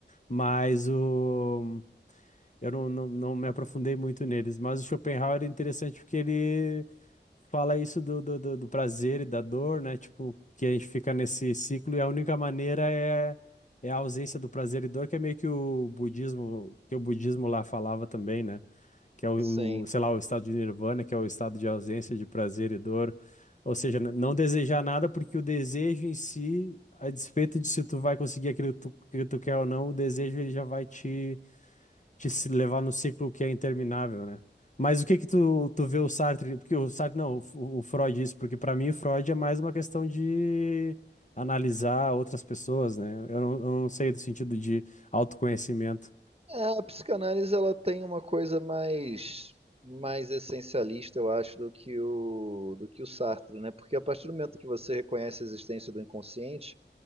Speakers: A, on the left (about 40°); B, on the right (about 30°).
A: Mas o, eu não, não, não me aprofundei muito neles, mas o Schopenhauer é interessante porque ele fala isso do, do, do, do prazer e da dor, né? Tipo, que a gente fica nesse ciclo e a única maneira é, é a ausência do prazer e dor, que é meio que o budismo, que o budismo lá falava também, né? Que é o,
B: Sim.
A: o, sei lá, o estado de nirvana, que é o estado de ausência de prazer e dor. Ou seja, n- não desejar nada porque o desejo em si, a despeito de se tu vai conseguir aquilo que tu, que tu quer ou não, o desejo ele já vai te te se levar no ciclo que é interminável, né? Mas o que que tu, tu vê o Sartre, porque o Sartre, não, o, o Freud isso, porque para mim o Freud é mais uma questão de analisar outras pessoas, né? Eu não, eu não sei do sentido de autoconhecimento.
B: É, a psicanálise ela tem uma coisa mais mais essencialista, eu acho, do que o do que o Sartre, né? Porque a partir do momento que você reconhece a existência do inconsciente